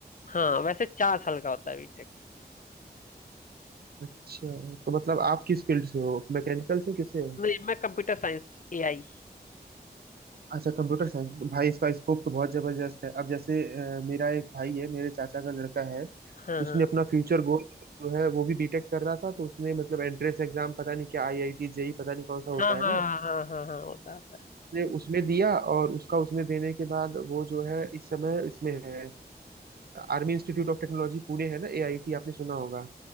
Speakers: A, on the left (about 50°); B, on the right (about 65°).
A: हाँ वैसे चार साल का होता है बीटेक
B: अच्छा तो मतलब आप किस फील्ड से हो मैकेनिकल से किससे हो
A: नहीं मैं कंप्यूटर साइंस एआई
B: अच्छा कंप्यूटर साइंस भाई इसका स्कोप तो बहुत जबरदस्त है अब जैसे अ, मेरा एक भाई है मेरे चाचा का लड़का है
A: हाँ
B: उसने
A: हाँ
B: अपना फ्यूचर गोल जो है वो भी बीटेक कर रहा था तो उसने मतलब एंट्रेंस एग्जाम पता नहीं क्या आईआईटी जेई पता नहीं कौन सा होता
A: हाँ
B: है
A: हाँ
B: ना
A: हाँ हाँ हाँ हाँ होता है
B: उसने उसमें दिया और उसका उसमें देने के बाद वो जो है इस समय इसमें है Army Institute of Technology Pune है ना एआईटी आपने सुना होगा